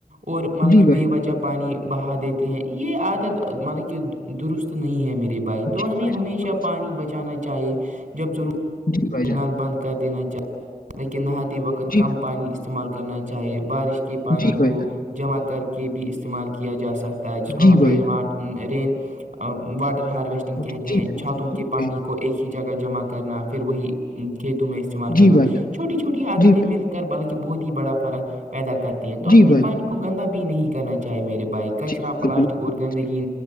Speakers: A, on the right; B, on the left.
A: اور مطلب
B: جی
A: کہ
B: بالکل، جی بھائی
A: بے وجہ پانی بہا دیتے ہیں یہ عادت مطلب کہ درست نہیں ہے میرے بھائی تو
B: جی
A: ہمیں
B: بھائی
A: ہمیشہ
B: جان بالکل
A: پانی
B: صحیح،
A: بچانا چاہیے جب ضرور
B: جی بھائی جان،
A: نال بند کر دینا چاہی لیکن نہات وقت
B: جی،
A: کم پانی استعمال کرنا چاہیے بارش کے پانی
B: جی بھائی
A: کو
B: جان،
A: جمع کر کے بھی استعمال کیا جا سکتا ہے جس کو
B: جی
A: ہم
B: بھائی
A: رین
B: جان،
A: واٹر رین واٹر ہارویسٹنگ
B: مطلب
A: کہتے
B: جی
A: ہیں
B: بالکل،
A: چھاتوں
B: بالکل
A: کے کے پانی
B: صحیح،
A: کو ایک ہی جگہ جمع کرنا پھر وہی کھیتوں میں استعمال
B: جی
A: کرنا
B: بھائی جان،
A: چھوٹی چھوٹی عادتیں
B: جی بھائی
A: مل کر بلکہ بہت ہی بڑا فرق پیدا کرتے ہیں تو
B: جی
A: ہمیں
B: بھائی
A: پانی
B: جان،
A: کو گندا بھی نہیں کرنا چاہے میرے بھائی کچرا
B: جی بالکل،
A: پلاسٹک
B: بالکل،
A: اور
B: بالکل
A: گندگی
B: صحیح،